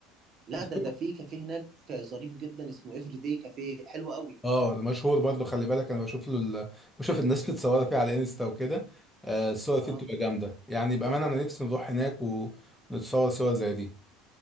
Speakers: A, in the centre; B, on the right (about 40°).
A: <laughs>
B: لا
A: بس-
B: ده ده في كافيه هناك ظريف جدا اسمه افري داي كافيه حلو قوي
A: اه ده مشهور برضه خلي بالك انا بشوف له ال... بشوف الناس متصوره فيه على انستا وكده آه، الصور فيه
B: اه
A: بتبقى جامده يعني بامانه انا نفسي نروح هناك و... ونتصور صور زي دي